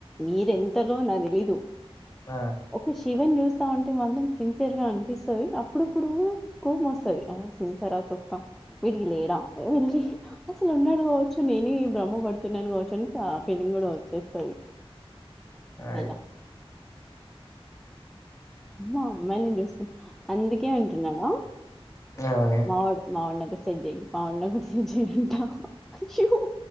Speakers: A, in the centre; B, on the left.
A: మీరే తెలవదు నాకు తెలీదు
B: ఆ
A: ఒక శివన్ చూస్తా ఉంటే మాత్రం సిన్సియర్ గా అనిపిస్తాది అప్పుడప్పుడు కోపమస్తది హా సిన్సియర తొక్క వీటికి లేడ వెళ్ళి అసలు ఉన్నాడు కావచ్చు సొ నేనే బ్రమ పడుతున్నాను కావచ్చుని ఫిలింగ్ కూడా వచ్చేస్తాది
B: అది.
A: అయినా అమ్మా అమ్మాయి నే చేసుకుంట అందుకే అంటున్నాడా
B: అవునే
A: మావాడు మావాణిక సెట్ జేయి మావాణిక సెట్ జేయి అంట అయ్యో హహ